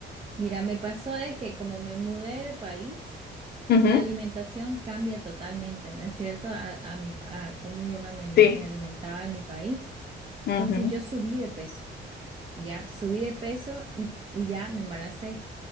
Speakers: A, on the right; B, on the left.
A: Mira, me pasó de que como me mudé de país,
B: Ujú,
A: La alimentación cambia totalmente, ¿no es cierto? A, a mi, a cómo yo me, me ali-
B: Sí.
A: me alimentaba en mi país.
B: ujú,
A: Entonces yo subí de peso, ya, subí de peso y, y ya me embaracé.